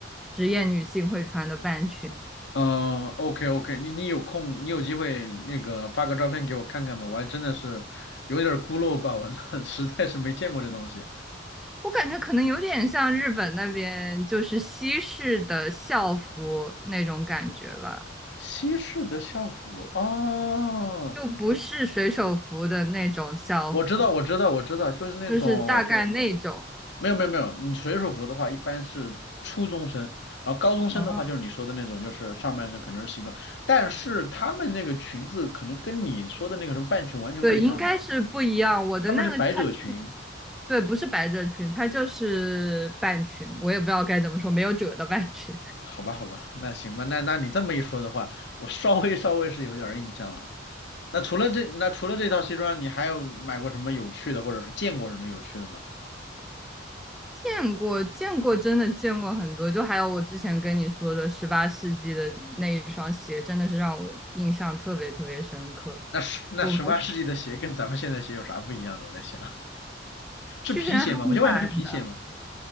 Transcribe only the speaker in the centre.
职业女性会穿的半裙。
我感觉可能有点像日本那边就是西式的校服那种感觉吧，
就不是水手服的那种校服，
就是大概那种。
哦，
对，应该是不一样。我的那个它。
对，不是百褶裙，它就是半裙，我也不知道该怎么说，没有褶的半裙。<laughs>
见过，见过，真的见过很多。就还有我之前跟你说的十八世纪的那一双鞋，真的是让我印象特别特别深刻。
就我们
去别人还买，